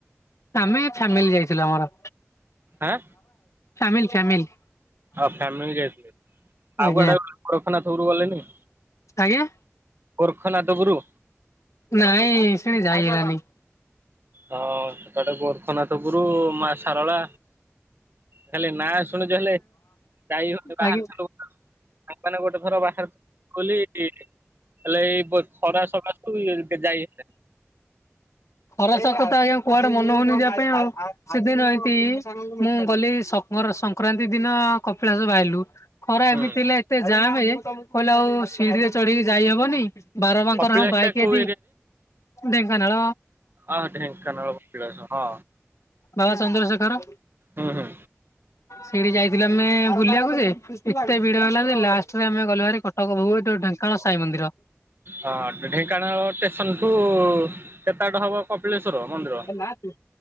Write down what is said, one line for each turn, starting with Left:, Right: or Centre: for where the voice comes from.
Left: ଆମେ ଫାମିଲି ଯାଇଥିଲୁ ଆମର
Right: ଆଁ
Left: ଫାମିଲି ଫାମିଲି।
Right: ଫ୍ୟାମିଲି ଯାଇଥିଲେ ଆଉ
Left: ଆଜ୍ଞା
Right: କୁଆଡେ କରଖାନା ଥବରୁ ଗଲେନି?
Left: ଆଜ୍ଞା।
Right: କୋରଖ ନାଦବରୁ
Left: ନାଇଁ ସେଠି ଯାଇ ହେଲାନି।
Right: ହଁ ସେପଟେ ଗୋରଖନାଥ ଗୁରୁ ମା ସାରଳା ଖାଲି ନା ଶୁଣିଚୁ ହେଲେ ଯାଇ <unintelligible>
Left: ଆଜ୍ଞା
Right: ତମେମାନେ ଗୋଟେ ଥର ବାହାର କୁ ଖୋଲି ହେଲେ ଏଇ ଖରା ସକାଶୁ ଯାଇ ହେଲାନି।
Left: ଖରା ସକାଶେ ଆଜ୍ଞା କୁଆଡେ ମନ ହଉନି ଯିବା ପାଇଁ ଆଉ ସେଦିନ ଏତି ମୁଁ ଗଲି ସ ସଂକ୍ରାନ୍ତି ଦିନ କପିଳାସ ଆଇଲୁ ଖରା
Right: ହୁଁ
Left: ଏମିତି ହେଲା ଏତେ ଜାମେ କହିଲେ ଆଉ ସିଡିିରେ ଚଢିକି ଯାଇହବନି ବାର ବାଙ୍କ
Right: କପିଳାସ
Left: ର ବାଇକ
Right: ଟା କୋଉ
Left: ଏଦି ଢେଙ୍କାନାଳ
Right: ହଁ ଢେଙ୍କାନାଳ କପିଳାଶ ହଁ।
Left: ବାବା ଚନ୍ଦ୍ରଶେଖର
Right: ହୁଁ ହୁଁ
Left: ସେଇଠି ଯାଇ ଆମେ ବୁଲିବାକୁ ଯେ ଏତେ ଭିଡ ହେଲା ଯେ ଲାଷ୍ଟରେ ଆମେ ଗଲୁ ଭାରି କଟକ ଠୁ ଡେଙ୍କାନାଳ ସାଇ ମନ୍ଦିର।
Right: ହଁ ଢେଙ୍କାନାଳ ଷ୍ଟେସନଠୁ କେତେ ବାଟ ହବ କପିଳେଶ୍ଵର ମନ୍ଦିର?
Left: ନାହାନ୍ତି।